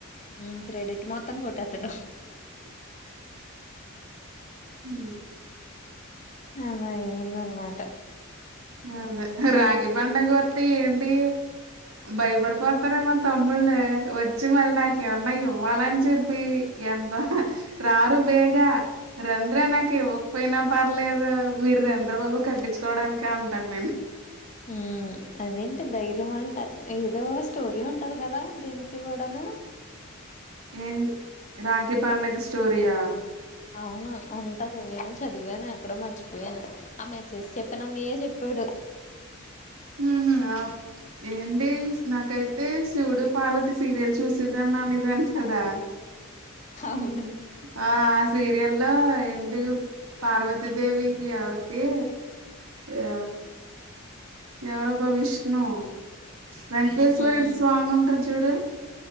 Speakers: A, on the left; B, on the right.
A: ఉ క్రెడిట్ మొత్తం కొట్టేతాడు
B: హ
A: అలా అయింది అనమాట
B: అదే రాగి పండగ వట్ ఏంటి భయపడిపోతార మా తమ్ముళ్ వచ్చి మళ్ళీ నాక ఎమన్నా ఇవ్వాలని చెప్పి ఎంత రారు బేగ రండ్రే నాకు ఇవ్వకపోయినా పర్లేదు మీరు రండ్ర బాబు కట్టించుకోవడానికి ఇగ అంటాను నేను
A: ఉ అదేంటి ధైర్యం అంట ఏదో స్టోరీ ఉంటది కదా దీనికి కూడాను
B: ఏం రాఖీ పండగ స్టోరియా
A: అవును ఉంటది నేను చదివాను అక్కడో మర్చిపోయాను ఆ మెసేజ్ చెప్పాను అన్నయే చెప్పాడు
B: ఉహ్ ఆ ఏంటి నాకైతే శివుడు పార్వతి సీరియల్ చూసిందని అనేదాని కదా
A: అవును
B: ఉ ఆ సీరియల్ లో ఏంటి పార్వతీదేవి ఎవరికి ఆ ఎవరబ్బ విష్ణు వెంకటేశ్వర్డు
A: హ్మ్
B: స్వామి ఉంటార్ చూడు